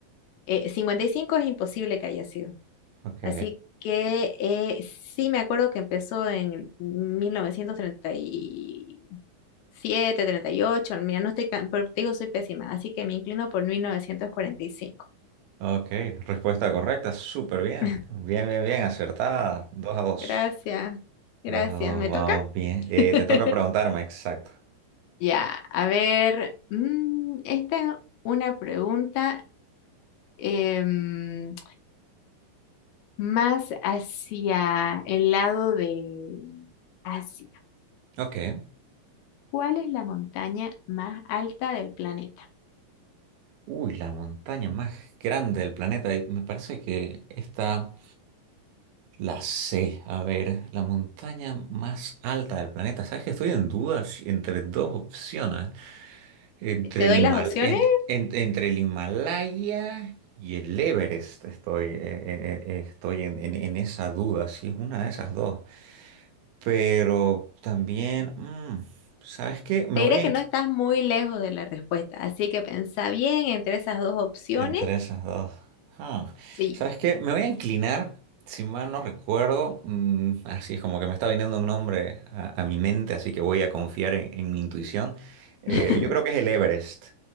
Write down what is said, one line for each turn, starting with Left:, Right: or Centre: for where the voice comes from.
Left: eh, 55 es imposible que haya sido.
Right: ok,
Left: Así que eh, sí me acuerdo que empezó en el 1930 y siete treinta y ocho mira, no estoy tan, pero te digo, soy pésima, así que me inclino por mil novecientos cuarenta y cinco
Right: ok, respuesta correcta, súper bien,
Left: <laughs>
Right: bien, bien, bien, acertada, Dos a dos,
Left: Gracias, gracias.
Right: dos a dos
Left: ¿Me toca?
Right: vamos bien. Eh,
Left: <laughs>
Right: te toca preguntarme, exacto.
Left: Ya, a ver, mm, esta es una pregunta em, más hacia el lado de Asia.
Right: Ok.
Left: ¿Cuál es la montaña más alta del planeta?
Right: Uy, la montaña más grande del planeta. y Me parece que está la C. A ver, la montaña más alta del planeta. ¿Sabes que estoy en dudas entre dos opciones? Entre
Left: ¿Te doy
Right: el Himal-
Left: las opciones?
Right: en- en- entre el Himalaya y el Everest. Estoy, eh, eh, eh, estoy en, en- en esa duda, si es una de esas dos. Pero también, mm, ¿sabes qué? Me
Left: Te diré
Right: voy a
Left: que no estás muy lejos de la respuesta, así que pensá bien entre esas dos opciones.
Right: Entre esas dos. Ah,
Left: Sí,
Right: ¿Sabes qué? Me voy a inclinar, si mal no recuerdo, mm, así es como que me está viniendo un nombre a, a mi mente, así que voy a confiar en, en mi intuición. Eh,
Left: <laughs>
Right: yo creo que es el Everest.